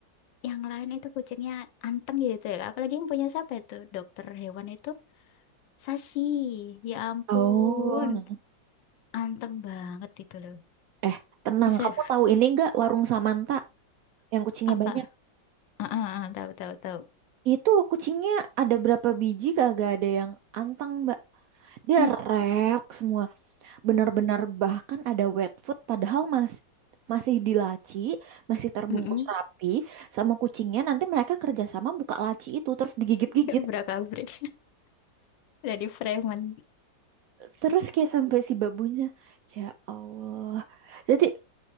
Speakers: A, on the left (about 80°); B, on the right (about 80°).
A: yang lain itu kucingnya anteng gitu ya. Apalagi yang punya siapa itu dokter hewan itu Sashi, ya ampun
B: Oh,
A: anteng banget itu loh.
B: eh tenang,
A: Bisa
B: kamu tahu ini nggak warung Samanta yang
A: <laughs>
B: kucingnya
A: apa?
B: banyak?
A: Ah, ah, ah, tahu tahu tahu.
B: Itu kucingnya ada berapa biji kagak ada yang anteng, Mbak. Dia
A: Mm,
B: reok semua. benar-benar bahkan ada wet food padahal mas, masih di laci, masih terbungkus
A: mm, mm.
B: rapi sama kucingnya nanti mereka kerjasama buka laci itu terus digigit-gigit
A: Kabrak-kabrik <laughs> dari preman.
B: terus kayak sampai si babunya ya Allah jadi